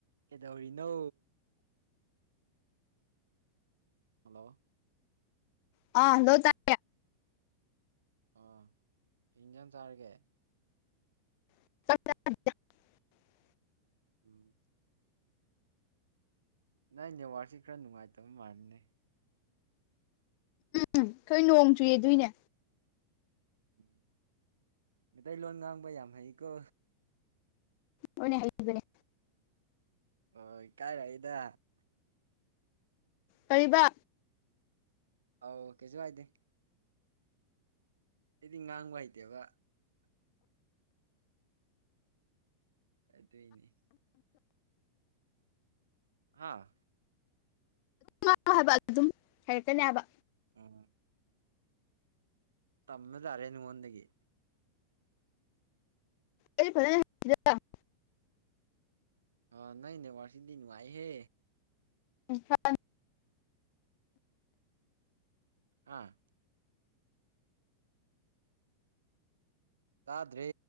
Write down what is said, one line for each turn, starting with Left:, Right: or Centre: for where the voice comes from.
Right: ꯀꯩꯗꯧꯔꯤꯅꯣ ꯍꯜꯂꯣ
Left: ꯑ ꯍꯜꯂꯣ ꯇꯥꯏ
Right: ꯑꯣ ꯀꯩ ꯏꯟꯖꯥꯡ ꯆꯥꯔꯒꯦ
Left: <unintelligible>
Right: ꯎꯝ ꯅꯪ ꯅꯦꯠꯋꯥꯔꯛꯁꯤ ꯈꯔ ꯅꯨꯡꯉꯥꯏꯇꯕ ꯃꯥꯟꯅꯦ
Left: ꯎꯝ ꯈꯣꯏ ꯅꯣꯡ ꯆꯨꯏꯌꯦ ꯑꯗꯨꯏꯅꯦ
Right: ꯎꯝ ꯃꯩꯇꯩꯂꯣꯟ ꯉꯥꯡꯕ ꯌꯥꯝ ꯍꯩꯀꯣ
Left: ꯑꯣꯅꯦ ꯍꯩꯕꯅꯦ
Right: ꯑꯣꯏ ꯀꯥꯏꯔꯛꯏꯗ
Left: ꯀꯩꯕꯥ
Right: ꯑꯧ ꯀꯦꯁꯨ ꯍꯥꯏꯗꯦ ꯑꯩꯗꯤ ꯉꯥꯡꯕ ꯍꯩꯇꯦꯕ ꯑꯗꯨꯏꯅꯤ ꯍꯥꯥ
Left: <unintelligible> ꯑꯗꯨꯝ ꯍꯩꯔꯛꯀꯅꯦ ꯍꯥꯏꯕ
Right: ꯎꯝ ꯇꯝꯃ ꯇꯥꯔꯦ ꯅꯉꯣꯟꯗꯒꯤ
Left: ꯑꯩ ꯐꯖꯟ <unintelligible>
Right: ꯑꯣ ꯅꯣꯏ ꯅꯦꯠꯋꯥꯔꯁꯤꯗꯤ ꯅꯨꯡꯉꯥꯏꯍꯦ
Left: <unintelligible>
Right: ꯍꯥꯥ ꯇꯥꯗ꯭ꯔꯦ